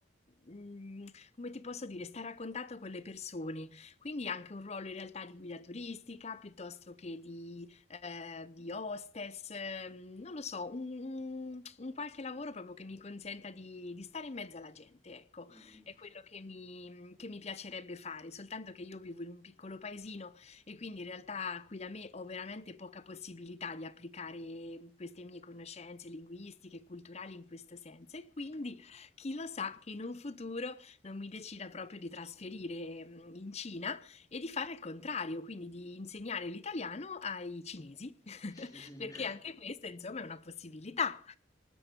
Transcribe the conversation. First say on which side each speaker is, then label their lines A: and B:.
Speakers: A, on the left; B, on the left.
A: mm, come ti posso dire, stare a contatto con le persone quindi anche un ruolo in realtà di guida turistica piuttosto che di, eh, di hostess, ehm, non lo so, un, un- un qualche lavoro proprio che mi consenta di, di stare in mezzo alla gente, ecco,
B: Mm.
A: è quello che mi, che mi piacerebbe fare, soltanto che io vivo in un piccolo paesino e quindi in realtà qui da me ho veramente poca possibilità di applicare queste mie conoscenze linguistiche e culturali in questo senso e quindi chi lo sa che in un futuro non mi decida proprio di trasferire mh, in Cina e di fare il contrario, quindi di insegnare l'italiano ai cinesi,
B: Sì.
A: <laughs> perché
B: <laughs>
A: anche questa, insomma, è una possibilità.